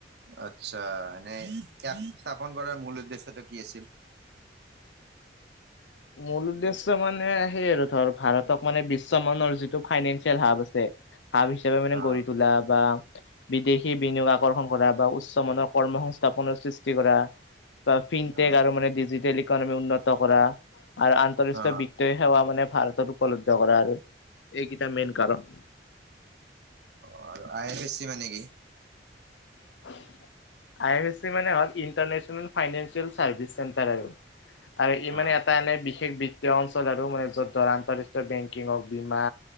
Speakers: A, on the right (about 65°); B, on the left (about 80°).
A: আচ্ছা এনে ইয়াত স্থাপন কৰাৰ মূল উদ্দেশ্যটো, কি আছিল।
B: মূল উদ্দেশ্য মানে সেই আৰু ধৰ ভাৰতক, মানে বিশ্বমানৰ যিটো ফাইনেঞ্চিয়েল হাব আছে হাব হিচাপে মানে
A: অ
B: গঢ়ি তোলা বা, বিদেশী বিনিয়োগ আকৰ্ষণ কৰা বা উচ্চমানৰ কৰ্ম সংস্থাপনৰ সৃষ্টি, কৰা বা ফিনটেক
A: অ
B: আৰু মানে ডিজিটেল ইকনমি উন্নত কৰা। আৰু আন্তৰাষ্ট্ৰীয়
A: অ
B: বিত্ত সেৱা মানে ভাৰতত উপলব্ধ কৰা আৰু এইকেইটা মেইন কাৰণ।
A: অ আই এফ এছ চি মানে কি।
B: <unintelligible> আই অফ চি মানে হল ইটাৰনেচনেল ফাইনেনচিয়েল চাৰ্ভিচ চেন্টাৰ আৰু আৰু ইমানে
A: অ
B: এটা এনে বিশেষ বিত্তীয় অঞ্চল আৰু মানে য'ত ধৰা আন্তঃৰাষ্ট্ৰীয় বেংকিং অফ বীমা।